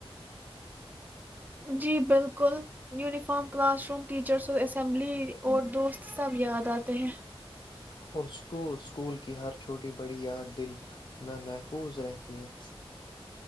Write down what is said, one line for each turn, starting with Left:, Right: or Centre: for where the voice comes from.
Right: جی بالکل یونیفارم کلاس روم ٹیچرس اور اسمبلی اور دوست سب یاد آتے ہیں
Left: اور اسک اسکول کی ہر چھوٹی بڑی یاد دل میں محفوظ رہتی ہے